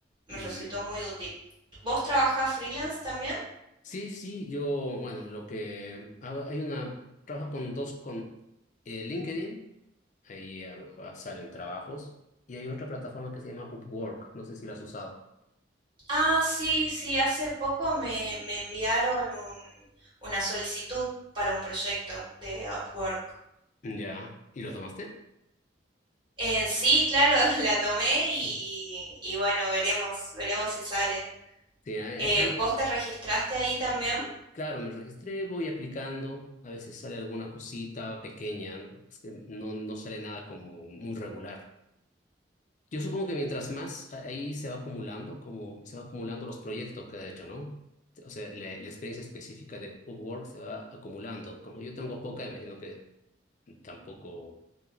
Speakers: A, on the right; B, on the left.
A: Me
B: Ujú.
A: resultó muy útil. ¿Vos trabajás freelance también?
B: Sí, sí, yo, bueno, lo que hago, hay una, trabajo con dos, con eh, LinkedIn, ahí eh, salen trabajos, y hay otra plataforma que se llama Upwork, no sé si la has usado.
A: Ah, sí, sí, hace poco me, me enviaron un- una solicitud para un proyecto de Upwork.
B: Ya, ¿y lo tomaste?
A: Eh, sí, claro, <laughs> la tomé y,
B: Sí,
A: y bueno, veremos, veremos si sale.
B: Sí, hay-
A: Eh,
B: hay- hay-
A: ¿vos te registraste ahí también?
B: claro, me registré, voy aplicando, a veces sale alguna cosita pequeña, ¿no? Es que no, no sale nada como muy regular. Yo supongo que mientras más a- ahí se va acumulando, como se va acumulando los proyectos que ha hecho, ¿no? O sea, la, la experiencia específica de Upwork se va acumulando. Como yo tengo poca, imagino que tampoco